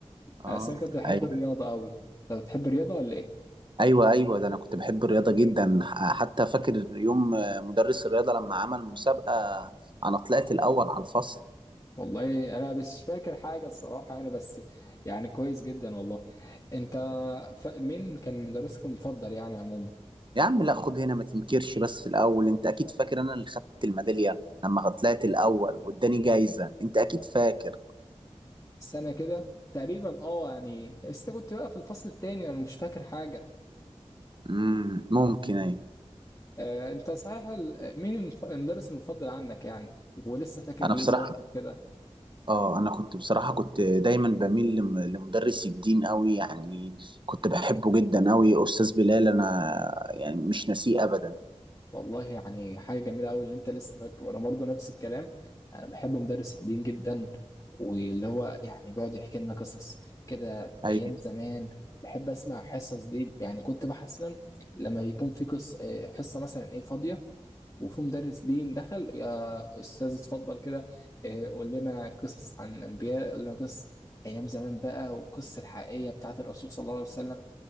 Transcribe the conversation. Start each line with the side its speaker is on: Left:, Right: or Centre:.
Right: اه
Left: بس انا كنت بحب
Right: ايوه
Left: الرياضه قوي طب بتحب الرياضه ولا ايه
Right: ايوه ايوه ده انا كنت بحب الرياضه جدا ح- حتى فاكر يوم آه، مدرس الرياضه لما عمل مسابقه انا طلعت الاول على الفصل
Left: والله انا مش فاكر حاجه الصراحه يعني بس يعني كويس جدا والله انت ف... مين كان مدرسك المفضل يعني عموما
Right: يا عم لا خد هنا ما تنكرش بس الاول انت اكيد فاكر انا اللي خدت الميداليه لما طلعت الاول واداني جايزه انت اكيد فاكر
Left: سنه كده تقريبا اه يعني بس انت كنت بقى في الفصل التاني انا مش فاكر حاجه
Right: امم ممكن ايوه
Left: آه انت صحيح ال... مين المف... المدرس المفضل عنك يعني ولسه فاكر
Right: انا
Left: ليه
Right: بصراحه
Left: مواقف كده
Right: اه انا كنت بصراحه كنت دايما بميل لم- لمدرس الدين قوي يعني كنت بحبه جدا قوي استاذ بلال انا يعني مش ناسيه ابدا
Left: والله يعني حاجة جميلة قوي اللي انت لسه فاكره انا برضو نفس الكلام انا بحب مدرس الدين جدا واللي هو يعني بيقعد يحكي لنا قصص كده
Right: ايوه
Left: ايام زمان بحب اسمع الحصص دي يعني كنت بحس إن لما بيكون في قص آه، حصة مثلا ايه فاضية وفي مدرس دين دخل يا استاذ اتفضل كده آه، قول لنا قصص عن الانبياء قول لنا قصص ايام زمان بقى والقصص الحقيقية بتاعت الرسول صلى الله عليه وسلم